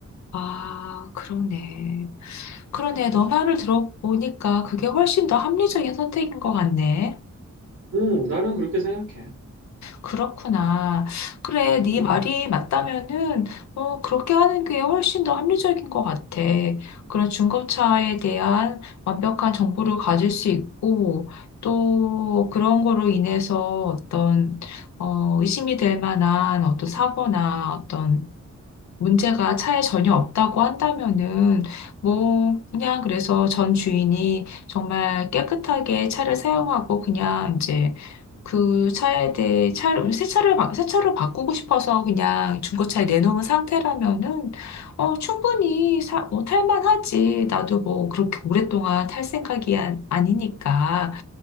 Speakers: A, on the left; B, on the right.
A: 아, 그러네. 그러네.
B: 음,
A: 너 말을 들어보니까 그게 훨씬 더 합리적인 선택인 것 같네.
B: 음, 나는 그렇게 생각해.
A: 그렇구나. 그래, 네
B: 음,
A: 말이 맞다면은 어, 그렇게 하는 게 훨씬 더 합리적인 것 같아. 그런 중고차에 대한 완벽한 정보를 가질 수 있고 또 그런 거로 인해서 어떤 어, 의심이 될 만한 어떤 사고나 어떤 문제가 차에 전혀 없다고 한다면은 뭐 그냥 그래서 전 주인이 정말 깨끗하게 차를 사용하고 그냥 이제 그 차에 대해 차를 새 차를 바- 새 차로 바꾸고 싶어서 그냥 중고차에 내놓은 상태라면은 어 충분히 사, 어, 탈만하지. 나도 뭐 그렇게 오랫동안 탈 생각이 안, 아니니까.